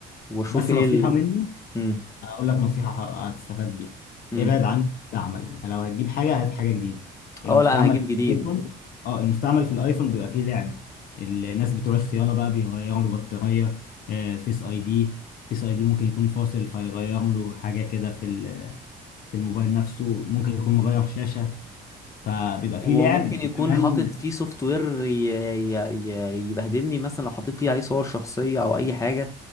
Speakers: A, on the left; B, on the left.
A: واشوف
B: بس
A: ايه
B: نصيحه
A: ال
B: مني
A: امم
B: هقول لك نصيحة هتستفاد بيها
A: امم
B: ابعد عن المستعمل لو هتجيب حاجة هات حاجة جديدة المستعمل
A: اه لا انا هجيب
B: في
A: جديد
B: الايفون اه المستعمل في الايفون بيبقى فيه لعب الناس بتوع الصيانة بقى بيغيروا له بطارية آه، فيس اي دي فيس اي دي ممكن يكون فاصل فيغير له حاجة كده في ال- في الموبايل نفسه ممكن يكون مغير شاشة فبيبقى فيه
A: وممكن
B: لعب
A: يكون
B: كمان
A: حاطط فيه سوفت وير ي... ي... ي... يبهدلني مثلا لو حطيت فيه عليه صور شخصية او اي حاجة